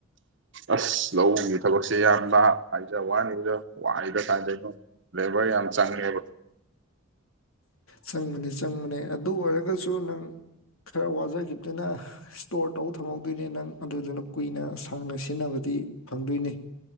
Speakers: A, on the right (about 60°); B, on the left (about 85°).
A: ꯑꯁ ꯂꯧꯒꯤ ꯊꯕꯛꯁꯦ ꯏꯌꯥꯝꯕ ꯍꯥꯏꯖ ꯋꯥꯅꯤꯗ ꯋꯥꯏꯗ ꯀꯥꯏꯗꯩꯩꯅꯣ ꯂꯦꯕꯔ ꯌꯥꯝ ꯆꯪꯉꯦꯕ
B: ꯆꯪꯕꯅꯦ ꯆꯪꯕꯅꯦ ꯑꯗꯨ ꯑꯣꯏꯔꯒꯁꯨ ꯅꯪ ꯈꯔ ꯋꯥꯖꯈꯤꯗꯨꯅ ꯏꯁꯇꯣꯔ ꯇꯧ ꯊꯝꯍꯧꯗꯣꯏꯅꯦ ꯅꯪ ꯑꯗꯨꯗꯨꯅ ꯀꯨꯏꯅ ꯁꯥꯡꯅ ꯁꯤꯖꯤꯟꯅꯕꯗ ꯗꯤ ꯐꯪꯗꯣꯏꯅꯤ